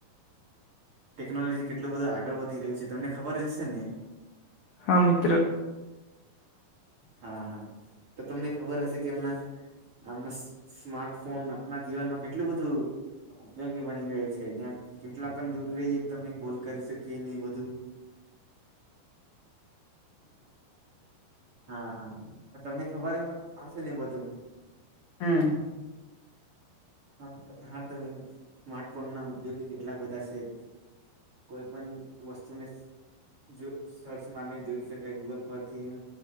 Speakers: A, on the right (about 40°); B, on the left (about 85°).
A: ટેકનોલોજી કેટલું બધું આગળ વધી રહ્યું છે તમને ખબર જ હશે ને
B: હા મિત્ર
A: હા હા તો તમને ખબર હશે કે એમના આમના સ્માર્ટફોન આપના જીવનમાં કેટલું બધું ઉપયોગી બની ગયો છે. જ્યાં કેટલા પણ દૂર રહીએ તમને કોલ કરી શકીએ ને એ બધું હા હા તમને ખબર જ હશે ને એ બધું.
B: હમ
A: મ હા તમે સ્માર્ટફોનના ઉપયોગ બી કેટલા બધાં છે. કોઈ પણ વસ્તુને જો સર્ચ માર ને જોઈ શકે. કે ગૂગલ પર થીમ